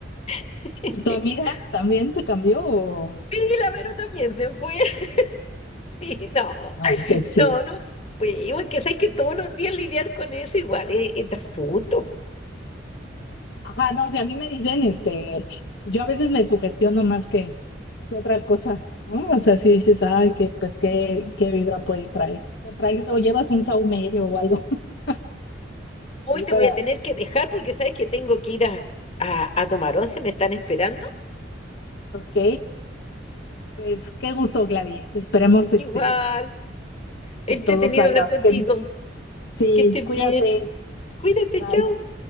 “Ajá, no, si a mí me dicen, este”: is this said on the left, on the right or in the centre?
Left